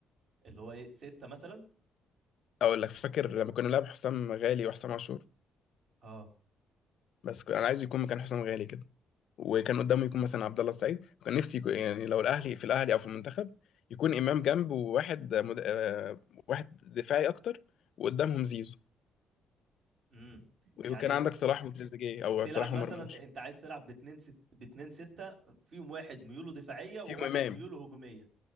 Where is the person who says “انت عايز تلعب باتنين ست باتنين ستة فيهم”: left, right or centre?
Right